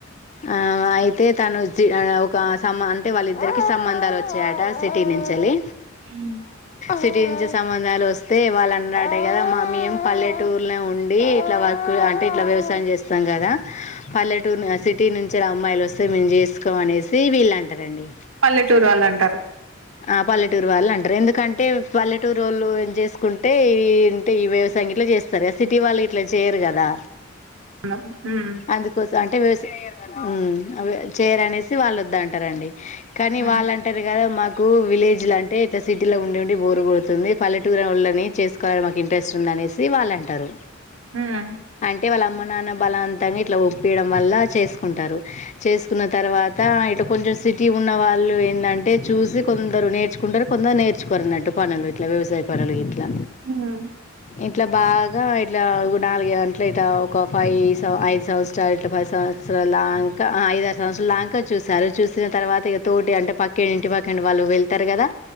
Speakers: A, on the left; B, on the right.
A: ఆ అయితే తనుజ్. ఛీ అదే ఒక సంబ, అంటే వాళ్ళ ఇద్దరికి సంబంధాలు ఓచ్చాయట సిటీ నుంచేళ్లి.
B: ఉమ్
A: సిటీ నుంచి సంబంధాలు వస్తే వాళ్ళు అన్నరటే గదా మా మేం పల్లెటూర్లో ఉండి ఇట్లా వర్క్ లు ఇట్లా వ్యవసాయం చేస్తాం కదా. పల్లెటూర్ను, ఆ సిటీ నుంచి అమ్మాయిల్ ఓస్తే మేమ్ జేస్. <unintelligible> అనేసి వీళ్ అంటారండి.
B: పల్లెటూరోళ్ళు అంటారు.
A: ఆ పల్లెటూర్ వాళ్ అంటారు. ఎందుకంటే పల్లెటూరోళ్ళును జేస్కుంటే <unintelligible> ఈ వ్యవసాయ గిట్ల. జేస్తారు. సిటీ వాళ్ళు ఇట్లా చేయరు కదా.
B: హుమ్మ్.
A: అందుకోసం అంటే వ్యవసాయ్, ఉమ్ చేయరానేసి వాళ్ ఓద్దన్టారండి. కానీ,
B: మ్
A: వాళ్ళంటార్ గదా మాక్. కు విలేజ్లాంటే, ఇట్లా సిటీలో ఉండి ఉండి బోర్ గొడుతుంది. పల్లె టూరోళ్ళని చేసుకోవాలని మాకు ఇంట్రెస్ట్ ఉందనీ. అనేసి వాళ్ళంటారు.
B: హుమ్మ్.
A: టే, వాళ్ళ అమ్మ నాన్న బలవంతంగా, ఇట్లా ఒప్పియడం వల్ల చేసుకుంటారు. చేస్ కున్న తర్వాత, ఇటు కొంచెం సిటీ ఉన్న వాళ్ళు ఏందంటే చూసి కొందరు నేర్చుకుంటారు, కొందరు నేర్ నేర్కోరినట్టు పనులు, ఇట్ల వసాయ పనులు గిట్లా.
B: హుమ్మ్.
A: ఇట్లా బాగా, ఇట్లా నాలుగై <unintelligible> ఒక ఫైవ్ సం, ఐదు సంవత్సరాలు ఇట్ల, పది సంవత్స్. సొలాన్కా, ఆ ఐదు, ఆర్ సంవత్సరాల్ దాంక చూశారు, చూసిన తర్వాత, ఇక తోటి అంటే పక్కకనా, ఇంటి పక్కనా వాళ్ళు వెళ్తారు కదా.